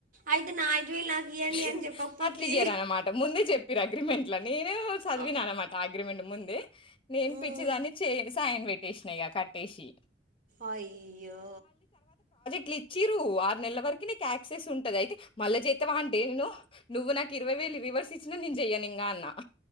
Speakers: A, on the right (about 45°); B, on the left (about 30°).
A: అయితే నా ఐదు వేలు నాకు ఇయ్యండి
B: టీ,
A: అని చెప్పకపోతే
B: అట్లీయిరు అనమాట ముందే చెప్పిరు అగ్రిమెంట్ నేనెవ్ చదివినా
A: ఆ
B: అనమాట అ అగ్రిమెంట్ ముందే నేని
A: ఉమ్
B: పిచ్చిదాన్ని చేస్ పైన్ పెట్టేస్న ఇగ కట్టేసి
A: అయ్యో
B: క్లిచ్చిరు ఆరు నెల్ల వరకి నీకు యాక్సిస్ ఉంటది. అయితే మళ్ళ చేత్తవా అంటే నో నువ్వు నాకు ఇరవై వేలు రివర్స్ ఇచ్చినా నేను చెయ్యనింగా అన్న